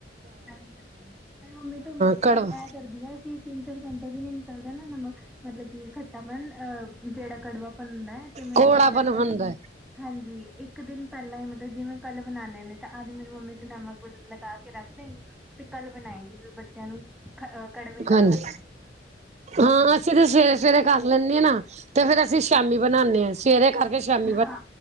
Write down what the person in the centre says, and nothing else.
ਐ ਕਰਨਾ, ਮੈਂਰੀ ਮੰਮੀ ਤੋਂ
ਇਹ ਕਰਦੀ ਆ ਕਿ ਤਿੰ ਤੇ ਸਾਡੇ ਵੀ ਨੀ ਨਿਕਲਦਾ ਨਾ ਨਮਕ ਨਾ ਮਤਲਬ ਕੀ ਖੱਚ ਪ ਅਹ ਜਿਹੜਾ ਕੜਵਾਪਣ ਹੁੰਦਾ ਐ ਤੇ ਮੇਰੀ
ਮੰਮੀ ਕਰਦੇ ਆ
ਕਿ ਹਾਂਜੀ ਇੱਕ ਦਿਨ ਪਹਿਲਾਂ ਈ ਮਤਲਬ ਜਿਵੇਂ ਕੱਲ੍ਹ ਬਣਾਨੇ ਨੇ ਤਾਂ ਅੱਜ ਮੇਰੀ ਮੰਮੀ ਇੱਕ ਨਮਕ ਲਗਾ ਕੇ ਰੱਖ ਤੇ ਕੱਲ ਬਣਾਏਗੀ ਫੇਰ ਬੱਚਿਆਂ ਨੂੰ ਕੜਵੇ ਨਾ
ਲੱਗਣ।
ਹਾਂਜੀ।
ਹਾਂ